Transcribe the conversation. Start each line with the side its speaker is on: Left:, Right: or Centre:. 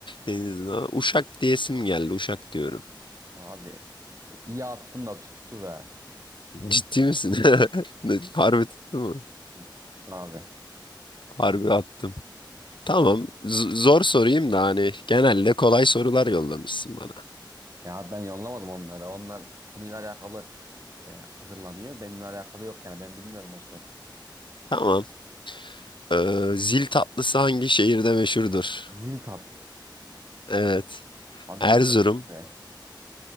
Left: Denizli. Uşak diyesim geldi. Uşak diyorum.
Right: Abi iyi attın da tuttu be.
Left: Ciddi misin? <laughs> Ne, Harbi tuttu mu?
Right: Tuttu abi.
Left: Harbi attım. Tamam. z- zor sorayım da hani genelde kolay sorular yollamışsın bana.
Right: Ya ben yollamadım onları. Onlar konuyla alakalı e, hazırlanıyor. Benimle alakalı yok yani ben bilmiyorum o soruları.
Left: Tamam. Ee, zil tatlısı hangi şehirde meşhurdur?
Right: Zil tatlı.
Left: Evet.
Right: Abi
Left: Erzurum,
Right: zil tatlısı ne?